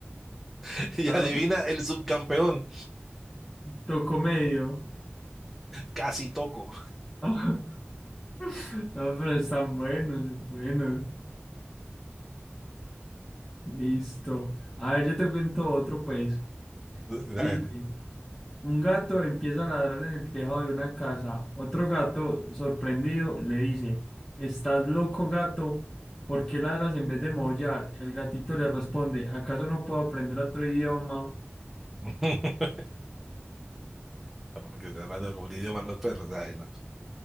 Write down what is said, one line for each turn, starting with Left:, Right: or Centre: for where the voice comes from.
Centre: <laughs> Y
Left: No,
Centre: adivina el subcampeón,
Left: toco medio.
Centre: casi toco.
Left: <laughs> No, pero están buenos, buenos. Listo. A ver, yo te cuento otro, pues.
Centre: <laughs> Dale.
Left: Dice, un gato empieza a ladrar en el tejado de una casa. Otro gato, sorprendido, le dice, ¿Estás loco, gato? ¿Por qué ladras en vez de maullar? El gatito le responde, ¿acaso no puedo aprender otro idioma?
Centre: <laughs> Porque está hablando como el idioma de los perros. ay, no.